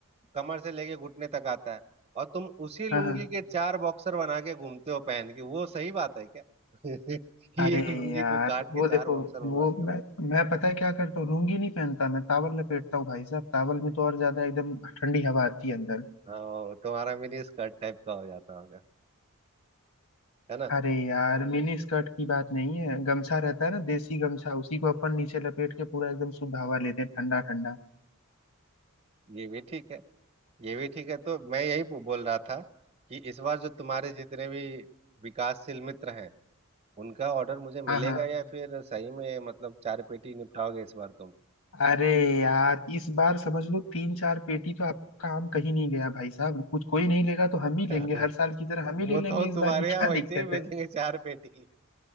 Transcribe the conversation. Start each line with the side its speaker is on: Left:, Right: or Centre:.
Right: कमर से लेके घुटने तक आता है और तुम उसी लुंगी
Left: हाँ हाँ
Right: के चार बॉक्सर बना के घूमते हो पहन के वो सही बात है क्या <laughs> ये
Left: अरे
Right: एक लुंगी
Left: यार
Right: को काट
Left: वो
Right: के चार
Left: देखो
Right: बॉक्सर
Left: वो
Right: बनवाते हो
Left: मैं मैं पता है क्या करता हूँ लुंगी नहीं पहनता मैं तावल लपेटता हूँ भाई साहब तावल में तो और ज्यादा एकदम ठंडी हवा आती है अंदर
Right: हाँ, वो तुम्हारा मिनी स्कर्ट टाइप का हो जाता होगा है ना
Left: अरे यार मिनी स्कर्ट की बात नहीं है गमछा रहता है ना देसी गमछा उसी को अपन नीचे लपेट के पूरा एकदम शुद्ध हवा लेते हैं ठंडा ठंडा
Right: ये भी ठीक है ये भी ठीक है तो मैं यही पू- बोल रहा था कि इस बार जो तुम्हारे जितने भी विकासशील मित्र हैं उनका ऑर्डर मुझे
Left: हाँ
Right: मिलेगा
Left: हाँ
Right: या फिर सही में मतलब चार पेटी निपटाओगे इस बार तुम
Left: अरे यार इस बार समझ लो तीन चार पेटी तो आपका आम कहीं नहीं गया भाई साहब कुछ कोई नहीं लेगा तो हम
Right: <laughs>
Left: ही लेंगे हर साल की तरह हम
Right: वो
Left: ही ले लेंगे
Right: तो हम
Left: इस
Right: तुम्हारे
Left: बार भी
Right: यहाँ
Left: क्या
Right: वैसे
Left: दिक्कत
Right: ही भेजेंगे
Left: है
Right: चार पेटी